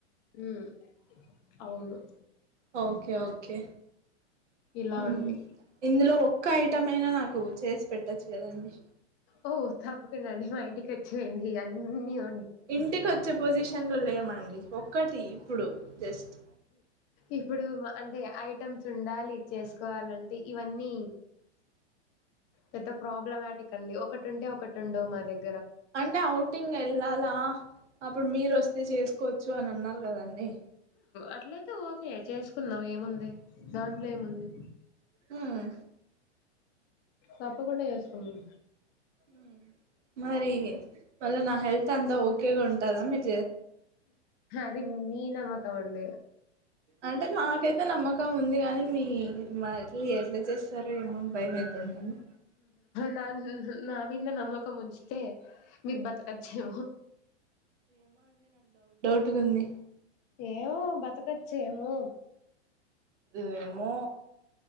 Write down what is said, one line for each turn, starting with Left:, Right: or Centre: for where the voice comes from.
Left: హ్మ్మ్ అవును
Right: ఓకే ఓకే
Left: ఇలా
Right: ఉమ్
Left: అండి
Right: ఇందులో ఒక్క ఐ మైన నాకు చేసి పెట్ చేదండి
Left: ఓ తప్పకుండా అండి మా ఇంటికి వచ్చి రండి అన్ని ఉ
Right: ఇంటికి వచ్చే పొజిషన్ షన్లు లేమండి ఒక్కటి ఇప్పుడు జస్ట్
Left: ఇప్పుడు మా అంటే ఐటమ్స్ ఉండాలి. చేసుకోవాలంటే ఇవన్నీ పెద్ద ప్రాబ్లమాటిక్ అండి. ఒకటి ఉంటే ఒకటి ఉండవు. మా దగ్
Right: అంటే ఔటింగ్ ఎళ్లాల అప్పుడు మీరు వస్తే చేసుకోవచ్చు. అని అన్నారు కదండి.
Left: అట్లయితే ఓకే చేసుకుందాం ఏముంది. దాంట్లో ఏముం చ
Right: హ్మ్
Left: తప్పకుండా చేసుకుందాం
Right: ఉమ్ మవిగే మళ్ళ నా హెల్త్ అంతా ఓకేగా ఉంటద మరి
Left: అది మీనమ్మకం అండి
Right: అంటే నాకైతే నమ్మకం కం ఉంది గాని మీ మన ఎట్లా చేత్తరో ఏమో అని భయమైతుందండి
Left: న నా మింద నమ్మకం కం ముంచితే మీరు బతకచ్చు
Right: ట్టుకుంది.
Left: ఏమో బతకచ్చెమో
Right: వేమో